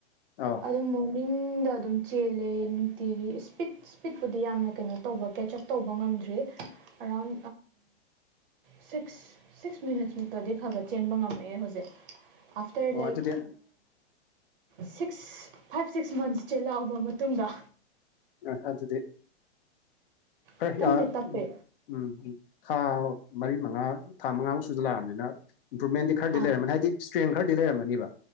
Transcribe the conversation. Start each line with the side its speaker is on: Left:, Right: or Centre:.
Left: ꯑꯧ
Right: ꯑꯗꯨꯝ ꯃꯣꯔꯅꯤꯡꯗ ꯑꯗꯨꯝ ꯆꯦꯜꯂꯦ ꯅꯨꯡꯇꯤꯒꯤ ꯏꯁꯄꯤꯠ ꯁ꯭ꯄꯤꯠꯄꯨꯗꯤ ꯌꯥꯝꯅ ꯀꯩꯅꯣ ꯇꯧꯕ ꯀꯦꯆ ꯑꯞ ꯇꯧꯕ ꯉꯝꯗ꯭ꯔꯤ ꯑꯔꯥꯎꯟ ꯁꯤꯛꯁ ꯁꯤꯛꯁ ꯃꯤꯅꯠꯁꯃꯨꯛꯇꯗꯤ ꯈꯔ ꯈꯔ ꯆꯦꯟꯕ ꯉꯝꯃꯛꯑꯦ ꯍꯧꯖꯤꯛ ꯑꯐꯇꯔ
Left: ꯑꯣ
Right: ꯂꯥꯏꯛ
Left: ꯑꯗꯨꯗꯤ
Right: ꯁꯤꯛꯁ ꯐꯥꯏꯚ ꯁꯤꯛꯁ ꯃꯟꯁꯁꯦ ꯂꯥꯛꯕ ꯃꯇꯨꯡꯗ
Left: ꯑ ꯑꯗꯨꯗꯦ ꯈꯔ
Right: ꯈꯤꯇꯪꯗꯤ ꯇꯞꯄꯦ
Left: ꯎ ꯎꯝ ꯊꯥ ꯃꯔꯤ ꯃꯉꯥ ꯊꯥ ꯃꯉꯥꯃꯨꯛ ꯁꯨꯖꯜ ꯂꯥꯛꯑꯕꯅꯤꯅ ꯏꯝꯄ꯭ꯔꯨꯚꯃꯦꯟꯗꯤ ꯈꯔꯗꯤ
Right: ꯑꯥ
Left: ꯂꯩꯔꯝꯃꯅꯤ ꯍꯥꯏꯗꯤ ꯏꯁꯇ꯭ꯔꯦꯡ ꯈꯔꯗꯤ ꯂꯩꯝꯃꯅꯤꯕ